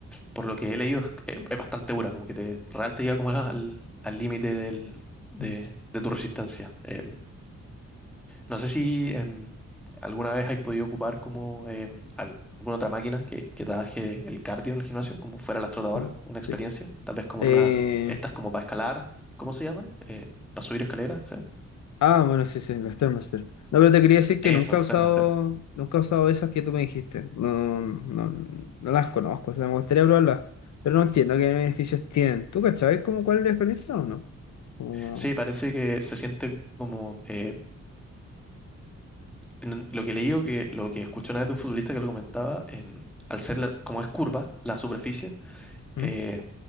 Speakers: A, in the centre; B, on the left (about 75°).
A: por lo que he leído es, es bastante dura, como que te real te lleva como al al límite del- de,
B: Mm,
A: de tu resistencia. Em, no sé si em, alguna vez has podido ocupar como em, al- alguna otra máquina que, que trabaje el cardio en el gimnasio, como fuera la trotadora
B: mm,
A: una
B: Sí.
A: experiencia, tal vez como
B: Eh,
A: en una, estas como para escalar, ¿cómo se llaman? Eh, para subir escaleras, ¿sí?
B: Ah, bueno, sí, sí, la Stairmaster. No, pero te quería decir que
A: Eso,
B: nunca
A: Stairmaster.
B: he usado, nunca he usado esas que tú me dijiste. No, no, no las conozco, o sea, me gustaría probarlas, pero no entiendo qué beneficios tienen. ¿Tú cachabas como cuál es la diferencia o no? Como-
A: Sí, parece que se siente como eh, en- Lo que leí o que lo que escuché una vez de un futbolista que lo comentaba, em, al ser la- como es curva la superficie,
B: ¿Mm?
A: eh,